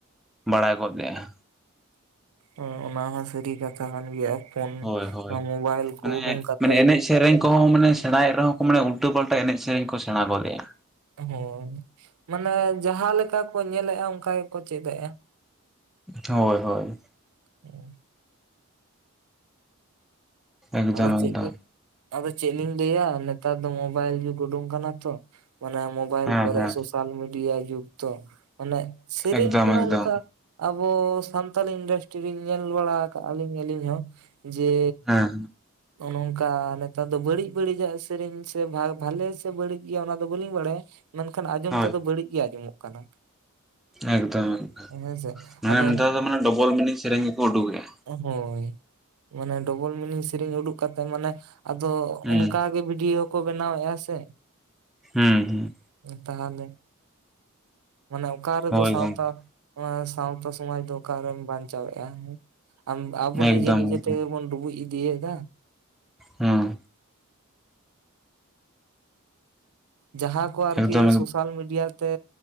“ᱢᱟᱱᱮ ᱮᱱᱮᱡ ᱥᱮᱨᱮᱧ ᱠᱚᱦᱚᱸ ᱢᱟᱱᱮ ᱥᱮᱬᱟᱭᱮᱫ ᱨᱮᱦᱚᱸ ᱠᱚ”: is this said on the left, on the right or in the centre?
Centre